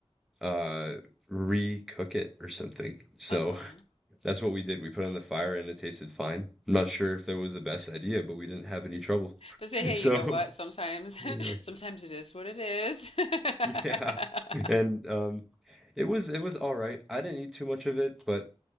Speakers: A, in the centre; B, on the left.
A: uh recook it or something. So
B: <laughs> uh-huh.
A: <laughs> that's what we did. We put it on the fire and it tasted fine. I'm not sure if that was the best idea, but we didn't have any trouble. <laughs>
B: But say, hey,
A: So
B: you know what? Sometimes,
A: yeah,
B: <laughs> sometimes it is what it is. <laughs>
A: yeah. And um it was it was all right. I didn't eat too much of it, but